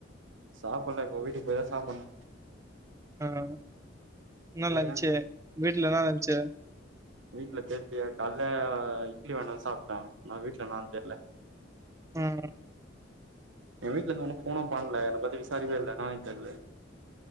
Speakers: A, on the right; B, on the right.
A: சாப்பிடல இப்ப வீட்டுக்கு போய்தான் சாப்பிடும்
B: ஆஹ்
A: நீயு
B: லன்ச் இருந்துச்சு வீட்டுலதா லன்ச் இருந்துச்சு
A: வீட்டுல தேரலா கால இட்லி வேணும்னு சாப்பிட்டேன் நான் வீட்டுல நானும் தெரல
B: ம்
A: என் வீட்டுல இருந்து ஒன்னும் போனா பண்ணல என் பத்தி விசாரிக்கவே இல்ல நான் தெரியல